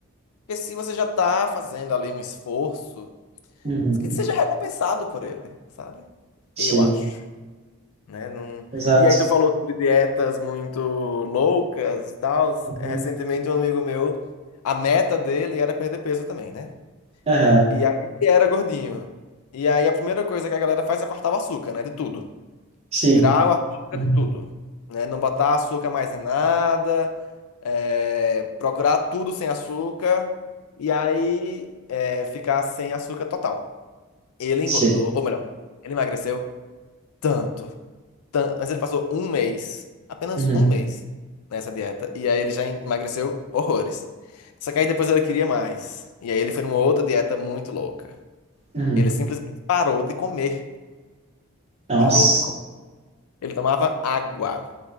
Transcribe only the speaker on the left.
Porque se você já tá fazendo ali um esforço,
que seja recompensado por ele, sabe?
Eu acho, né? Não...
E aí tu falou sobre dietas muito loucas e tal.
Recentemente um amigo meu, a meta dele era perder peso também, né?
E aí ele era gordinho. E aí a primeira coisa que a galera faz é cortar o açúcar, né? De tudo.
Tirar o açúcar
de tudo, né? Não botar açúcar mais em nada, é, procurar tudo sem açúcar e aí é, ficar sem açúcar total. Ele engordou,
ou melhor, ele emagreceu tanto, tanto, mas ele passou um mês, apenas
um mês nessa dieta e aí ele já emagreceu horrores. Só que aí depois ele queria mais e aí ele foi numa outra dieta muito louca.
Ele simplesmente parou de comer,
parou de comer. Ele tomava água.